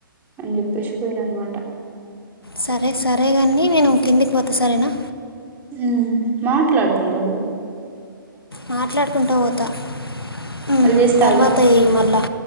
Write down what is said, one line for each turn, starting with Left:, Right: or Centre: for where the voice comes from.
Right: అని చెప్పేసి పోయిన అన్నమాట
Left: సరే సరేగాండి నేను కిందికి పోతా సరేనా
Right: ఉ మాట్లాడుకుంటపో
Left: మాట్లాడుకుంటా పోతా మ్మ్
Right: మళ్ళీ చేస్తా
Left: తర్వాత
Right: ఆగు
Left: చెయ్ మళ్ళా